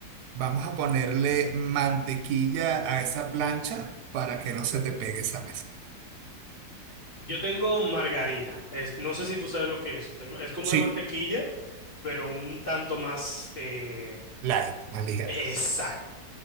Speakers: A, on the right; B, on the left.
A: Vamos a ponerle mantequilla a esa plancha para que no se te pegue esa mezcla.
B: Yo tengo margarina. Es, no sé si tú sabes lo que es eso. Tengo, es como
A: Sí,
B: una mantequilla, pero un tanto más eh,
A: light, más ligera.
B: exacta.